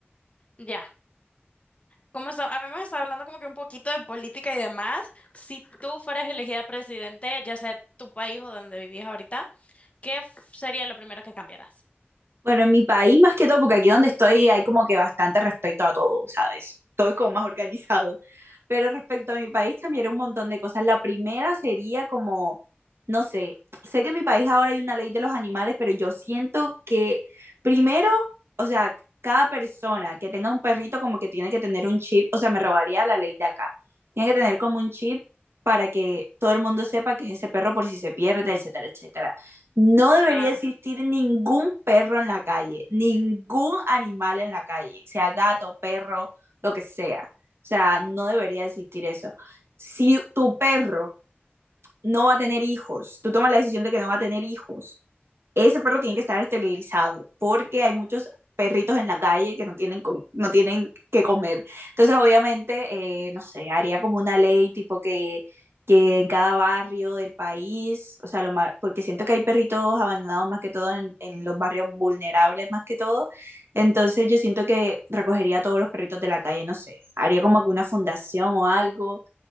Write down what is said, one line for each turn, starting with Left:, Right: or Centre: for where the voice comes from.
Left: Ya. Como está- habíamos estado hablando como que un poquito de política y demás, si tú fueras elegida presidente, ya sea de tu país o donde vivís ahorita, ¿qué f- sería lo primero que cambiaras?
Right: Bueno, en mi país más que todo, porque aquí donde estoy hay como que bastante respecto a todo, ¿sabes? Todo es como más organizado. Pero respecto a mi país cambiaría un montón de cosas. La primera sería como, no sé, sé que en mi país ahora hay una ley de los animales, pero yo siento que primero, o sea, cada persona que tenga un perrito como que tiene que tener un chip, o sea, me robaría la ley de acá. Tiene que tener como un chip para que todo el mundo sepa que es ese perro por si se pierde, etcétera, etcétera. No debería
Left: Claro,
Right: existir ningún perro en la calle, ningún animal en la calle, sea gato, perro, lo que sea. O sea, no debería existir eso. Si tu perro no va a tener hijos, tú tomas la decisión de que no va a tener hijos, ese perro tiene que estar esterilizado porque hay muchos perritos en la calle que no tienen, no tienen que comer. Entonces, obviamente, eh, no sé, haría como una ley tipo que, que en cada barrio del país, o sea, lo más, porque siento que hay perritos abandonados más que todo en, en los barrios vulnerables más que todo. Entonces, yo siento que recogería a todos los perritos de la calle, no sé, haría como alguna fundación o algo